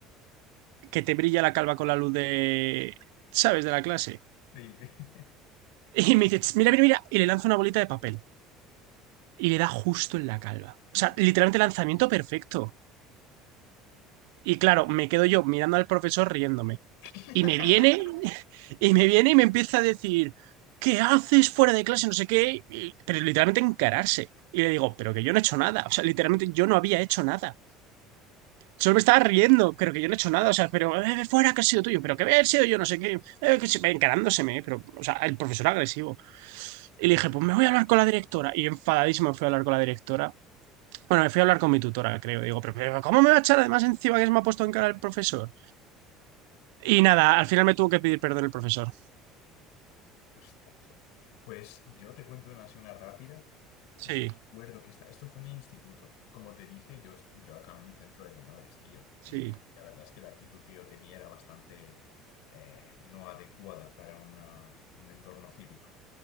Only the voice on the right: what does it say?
que te brilla la calva con la luz de, ¿sabes?, de la clase.
Y me dice, "Ch, mira, mira, mira. Y le lanza una bolita de papel. Y le da justo en la calva.
O sea, literalmente lanzamiento perfecto. Y claro, me quedo yo mirando al profesor riéndome.
Y me viene, <laughs> y me viene y me empieza a decir, ¿qué haces fuera de clase? No sé qué, y- pero literalmente encararse. Y le digo, pero que yo no he hecho nada, o sea, literalmente yo no había hecho nada. Solo me estaba riendo, pero que yo no he hecho nada, o sea, pero eh, fuera que ha sido tuyo, pero que haber sido yo, no sé qué, eh, que se encarándoseme, pero, o sea, el profesor agresivo. Y le dije, pues me voy a hablar con la directora. Y enfadadísimo me fui a hablar con la directora. Bueno, me fui a hablar con mi tutora, creo. Digo, pero, pero ¿cómo me va a echar además encima que se me ha puesto en cara el profesor? Y nada, al final me tuvo que pedir perdón el profesor.
Sí,
sí.